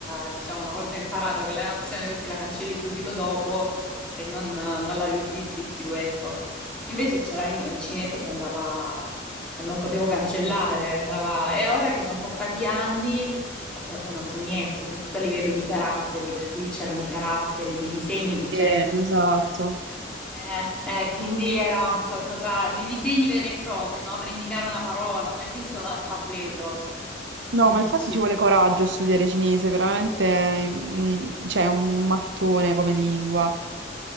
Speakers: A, in the centre; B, on the right.
A: eh, diciamo una volta imparata quella nozione così la cancelli subito dopo e non, non la riutilizzi più, ecco. Invece c'era in- un cinese che andava, non potevo cancellare, andava, e ora che sono passati anni proprio non so niente, soprattutto a livello di caratteri, perché lì c'erano i caratteri, dei disegni,
B: Sì,
A: cioè...
B: esatto.
A: Eh, eh, quindi era un qualcosa dei disegni veri e propri, no? Per indicare una parola, non esiste un alfabeto.
B: No,
A: Quindi
B: ma infatti
A: dici,
B: ci vuole coraggio a studiare cinese, veramente, mm, c'è un mattone come lingua.